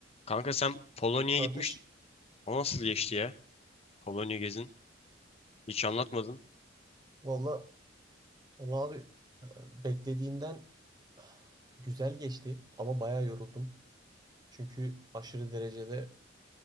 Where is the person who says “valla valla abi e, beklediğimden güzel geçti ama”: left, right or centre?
Right